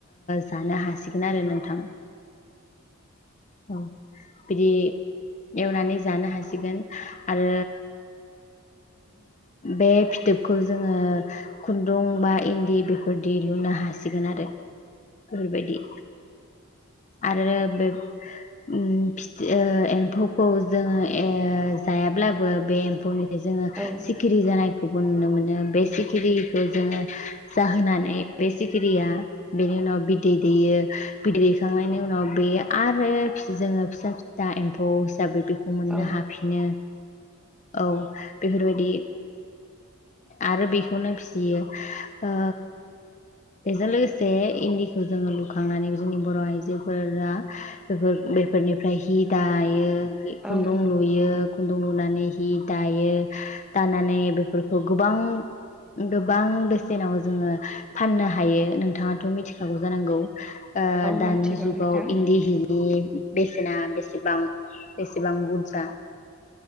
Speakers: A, on the left; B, in the centre.
A: जानो हासिगोन आरो नोंथां औ बिदि एवनानै जानो हासिगोन आरो बे फिथोबखौ जोङो खुन दुं बा इन्दि बेफोरदि लुनो हासिगोन आरो बेफोरबायदि आरो बे ओम फिथो एम्फौखौ जोङो जायाब्लाबो बे एम्फौनिफ्राय जोङो
B: औ
A: सिखिरि जानायखौबो नुनो मोनो बे सिखिरिखौ जोङो जाहोनानै बे सिखिरिया बेनि उनाव बिदै दैयो बिदै दैखांनायनि उनाव बेयो आरो फ्राय जोङो फिसा फिसा एम्फौ हिसाबै बेखौ मोननो
B: औ
A: हाफिनो औ बे बेबायदि आरो बेखौनो फियो। ओ बेजों लोगोसे इन्दि खौ जोङो लुखांनानै जोंनि बर' आइजो जोफोरा बेफोर बेफोरनि फ्राय हि दायो।
B: औ-औ-औ-औ-औ-औ-औ-औ-औ-औ-औ-औ
A: खुन्दुं लुयो खुन्दुं लुनानै हि दायो। दानानै बेफोरखौ गोबां गोबां बेसेनाव जोङो फाननो हायो नोंथाङाथ' मिथिखागौ जानांगौ दानि
B: मिथिगौ
A: जुगाव
B: नोंथां
A: इन्दि बेसेना बेसे? सेबां बेसेबां बुरजा